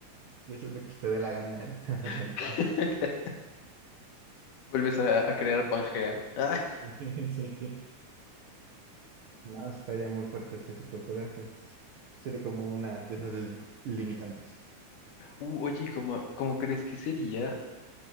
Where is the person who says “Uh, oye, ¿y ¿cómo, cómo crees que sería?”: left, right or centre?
Left